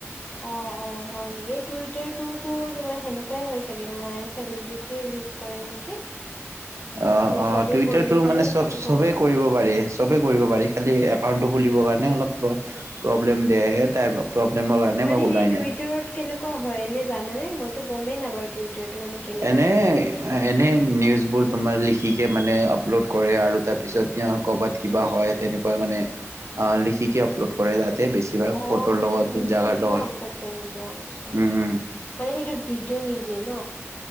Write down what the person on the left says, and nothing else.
অ অ। অ হয় নেকি? এই টুইটাৰটোতো তোমাৰ সেনেকুৱাই হয় চাগে তোমাৰ চেলিব্ৰিটিয়ে ইউজ কৰে নেকি?
নে
চবেই
কৰিব পাৰে
সেইটোতো
গম নাপাওঁ।
মানে
সেই টুইটাৰত
কেনেকুৱা হয় এনে জানানে? মইতো গমেই নাই বাৰু টুইটাৰটো মানে কেনেকুৱা
কি কৰিব লাগে।
অ',
সেইটোত
লিখি
কিনে
আপলোড কৰে নেকি আচ্ছা।
মানে সেইটোত ভিডিঅ' নিদিয়ে ন?